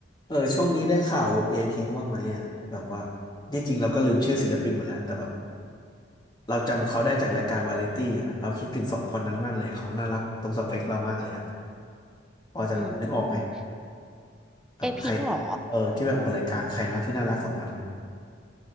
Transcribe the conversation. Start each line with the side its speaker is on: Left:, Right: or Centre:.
Left: เออช่วงนี้ได้ข่าววงเอพิงบ้างไหมอ่ะแบบว่าที่จริงเราก็ลืมชื่อศิลปินหมดแล้วแต่แบบเราจำเขาได้จากรายการวาไรตี้อ่ะเราคิดถึงสองคนนั้นมากเลยเขาน่ารักตรงสเปคเรามากเลยอ่ะพอจะนึกออกไหม
Centre: อืม
Left: แบบใคร
Centre: เอพิงค์เหรอ
Left: เออที่แบบออกรายการใครนะที่น่ารักสองคนนั้นอะ